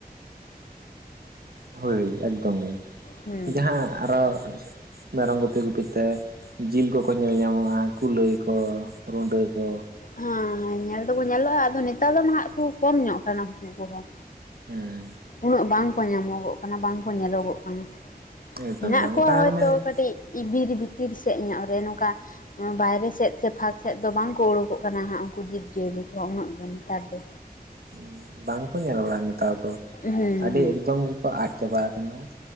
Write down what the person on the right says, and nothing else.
ᱦᱳᱭ ᱮᱠᱫᱚᱢ
ᱜᱮ ᱡᱟᱦᱟᱸ ᱟᱨᱚ ᱢᱮᱨᱚᱢ ᱜᱩᱯᱤ ᱜᱩᱯᱤ ᱛᱮ, ᱡᱤᱞ ᱠᱚᱠᱚ ᱧᱮᱞ ᱧᱟᱢᱚᱜ-ᱟ, ᱠᱩᱞᱟᱹᱭ ᱠᱚ ᱨᱩᱰᱟᱹ ᱠᱚ᱾
ᱦᱮᱸ᱾
ᱮᱠᱫᱚᱢ
ᱜᱮ ᱚᱱᱠᱟ
ᱢᱟᱱᱮ
ᱦᱩᱸ ᱵᱟᱝᱠᱚ ᱧᱮᱞ ᱵᱟᱲᱟᱜ-ᱟ ᱱᱮᱛᱟᱨ ᱫᱚ
ᱟᱹᱰᱤ
ᱮᱠᱫᱚᱢ ᱜᱮᱠᱚ ᱟᱫ ᱪᱟᱵᱟ ᱟᱠᱟᱱᱟ᱾